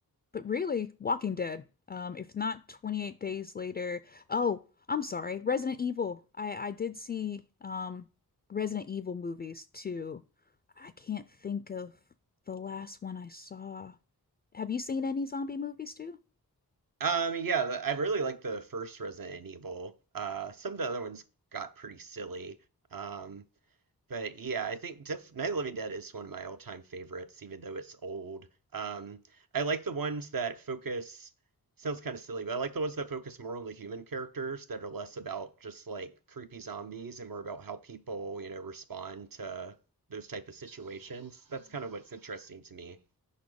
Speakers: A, on the left (about 25°); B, on the right (about 60°).
A: but really, Walking Dead. Um, if not 28 Days Later. Oh, I'm sorry, Resident Evil. I I did see um Resident Evil movies too. I can't think of the last one I saw. Have you seen any zombie movies too?
B: Um, yeah, the- I really like the first Resident Evil. Uh, some of the other ones got pretty silly. Um, But yeah, I think Def Night of the Living Dead is one of my all-time favorites, even though it's old. Um, I like the ones that focus, sounds kind of silly, but I like the ones that focus more on the human characters that are less about just like creepy zombies and more about how people, you know, respond to those type of situations. That's kind of what's interesting to me.